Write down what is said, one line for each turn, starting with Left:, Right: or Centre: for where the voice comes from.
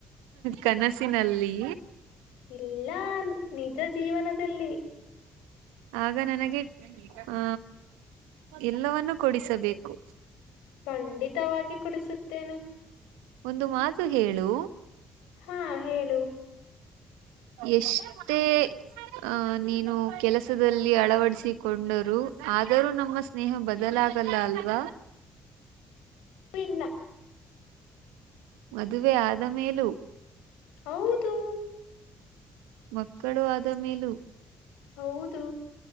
Right: ಕನಸಿನಲ್ಲಿ
Left: ಇಲ್ಲ ನಿಜ ಜೀವನದಲ್ಲಿ
Right: ಆಗ ನನಗೆ ಆ ಎಲ್ಲವನ್ನು ಕೊಡಿಸಬೇಕು
Left: ಖಂಡಿತವಾಗಿ ಕುಡಿಸುತ್ತ ತ್ತೇನೆ
Right: ಒಂದು ಮಾತು ಹೇಳು
Left: ಹಾ ಹೇಳು
Right: ಎಷ್ಟೇ ಅಹ ನೀನು ಕೆಲಸದಲ್ಲಿ ಅಳವಡಿಸಿ ಕೊಂಡರು ಆದರೂ ನಮ್ಮ ಸ್ನೇಹ ಬದಲಾಗಲ್ಲ ಅಲ್ವಾ
Left: ಇನ್ನ
Right: ಮದುವೆ ಆದ ಮೇಲೂ
Left: ಹೌದು
Right: ಮಕ್ಕಳು ಆದ ಮೇಲೂ
Left: ಹೌದು